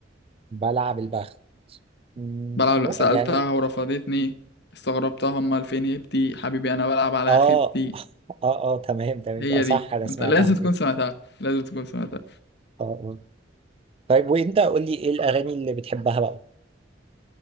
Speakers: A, on the right; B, on the left.
A: بلعب البخت مم،
B: بلعب
A: مو
B: سالتها
A: يعني
B: ورفضتني استغربتها امال فين هيبتي حبيبي انا بلعب على
A: اه
B: خيبتي
A: اه اه آه، تمام تمام
B: هي
A: يبقى صح
B: دي
A: انا سمعتها
B: انت لازم
A: كده
B: تكون سمعتها لازم تكون سمعتها
A: اه اه طيب وانت قول لي ايه الاغاني اللي بتحبها بقى